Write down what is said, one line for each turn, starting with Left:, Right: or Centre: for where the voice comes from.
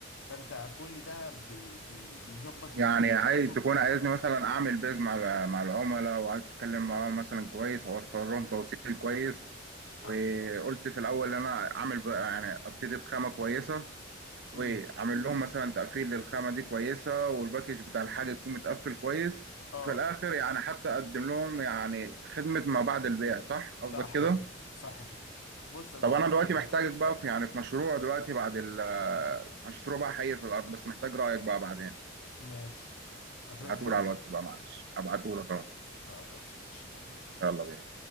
Left: فانت كل ده بي بي بيظبط
Right: يعني
Left: الاسلوب
Right: عايز تكون
Left: بتاعك
Right: عايزني مثلا اعمل بيز مع ال- مع العملاء وعايز اتكلم معاهم مثلا كويس اوفر لهم توصيل كويس وقلت
Left: أيوة.
Right: في الاول ان انا اعمل بقى يعني ابتدي بخامه كويسه واعمل
Left: امم
Right: لهم مثلا تقفيل للخامه دي كويسه والباكج بتاع الحاجه يكون متقفل كويس
Left: اه
Right: وفي الاخر يعني حتى اقدم لهم يعني خدمه ما بعد البيع صح قصدك
Left: صح
Right: كده
Left: كده صح كده بص انا
Right: طب
Left: عندي
Right: انا دلوقتي محتاجك بقى في يعني في مشروع دلوقتي بعد ال مشروع بقى حي في الارض بس محتاج رايك بقى بعدين
Left: ماشي هتروح
Right: ابعتهولي
Left: تذاكر
Right: على الواتس بقى معلش ابعتهولك اهو
Left: خلاص ماشي يلا بقى.
Right: يلا بينا